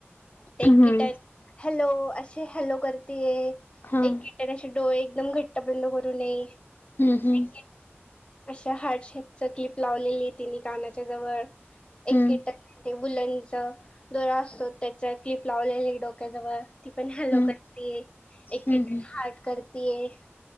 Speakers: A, on the left; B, on the left.
A: ते
B: हम्म
A: किटान. हॅलो अशी हॅलो करतेय.
B: हा हम्म
A: एक ते तसे डोळे एकदम घट्ट बंद करू नये.
B: हम्म हम्.
A: एक अशा हार्टशेपच क्लिप लावलेली तिने कानाच्या जवळ. एक
B: हम्म
A: कीटन वुलंंच दोरा असतो, त्याच क्लिप लावलेली डोक्याजवळ. ती पण हॅलो
B: हम्म
A: करतीये, एक
B: हम्म
A: किट
B: हम्म
A: हार्ट करतेय